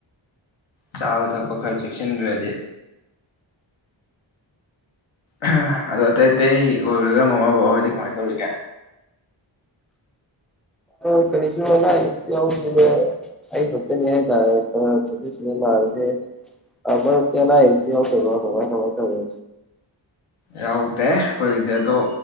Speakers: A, on the left; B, in the centre.
A: ꯆꯥꯕ ꯊꯛꯄ ꯈꯔ ꯆꯦꯛꯁꯤꯟꯗ꯭ꯔꯗꯤ ꯑ ꯍ ꯑꯗꯣ ꯑꯇꯩ ꯑꯇꯩ ꯑꯣꯏꯔꯒ ꯃꯃꯥ ꯕꯕꯥꯍꯣꯏꯗꯤ ꯀꯃꯥꯏ ꯇꯧꯔꯤꯒꯦ
B: ꯑ ꯀꯔꯤꯁꯨ ꯑꯅꯥ ꯑꯌꯦꯛ ꯌꯥꯎꯗꯦꯗ ꯑꯩ ꯈꯛꯇꯅꯤ ꯍꯥꯏꯇꯥꯔꯦ ꯈꯔ ꯆꯤꯐꯦꯠ ꯆꯤꯐꯦꯠ ꯅꯥꯔꯤꯁꯦ ꯑ ꯃꯔꯨꯞꯇꯤ ꯑꯅꯥ ꯑꯌꯦꯛ ꯌꯥꯎꯗꯕꯔ ꯀꯃꯥꯏ ꯀꯃꯥꯏ ꯇꯧꯔꯤ
A: ꯌꯥꯎꯗꯦ ꯑꯩꯈꯣꯏꯒꯤꯗꯤ ꯑꯗꯣ